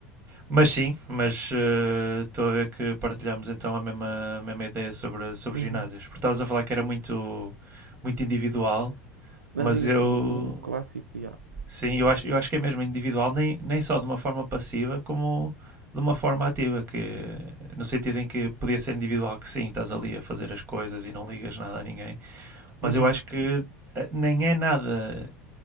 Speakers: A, on the right (about 25°); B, on the right (about 80°).
A: mas sim, mas eh, estou uh, a ver que partilhamos então a mesma, a mesma ideia sobre, sobre
B: uhum.
A: ginásios. Porque estavas a falar que era muito, muito individual,
B: Ali,
A: mas
B: assim,
A: eu
B: o, o clássico, já.
A: Sim, eu acho, eu acho que é mesmo individual, nem, nem só de uma forma passiva, como de uma forma ativa, que no sentido em que podia ser individual que sim, estás ali a fazer as coisas e não ligas nada a ninguém, mas
B: Uhum,
A: eu acho que eh, nem é nada,